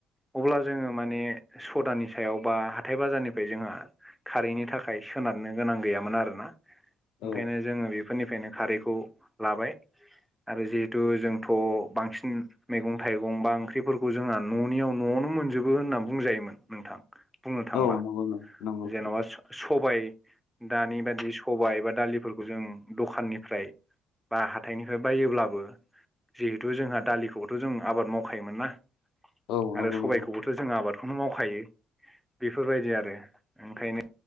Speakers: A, in the centre; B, on the left.
A: अब्ला जोङो माने सदानि सायाव बा हाथाय बाजारनिफ्राय जोंहा खारैनि थाखाय सोनारनो गोनां गैयामोन आरोना।
B: औ
A: ओंखायनो जोङो बेफोरनिफ्रायनो खारै खौ लाबाय आरो जिहेथु जोंथ' बांसिन मैगं-थाइगं गंबा ओंख्रिफोरखौ जोंहा न'नियाव न'आवनो मोनजोबो होनना बुंजायोमोन नोंथां। बुंनो थांबा
B: औ नंगौ नंगौ औ नंगौ औ नंगौ
A: जेन'बा सबाय दानि बादि सबाय बा दालिफोरखौ जों दखाननिफ्राय बा हाथाइनिफ्राय बायोब्लाबो जिहेथु जोंहा दालिखौथ' जों आबाद मावखायोमोन ना
B: औ
A: आरो
B: नंगौ
A: सबायखौबोथ'
B: नंगौ
A: जों आबाद बखौनो मावखायो बेफोरबायदि आरो ओंखायनो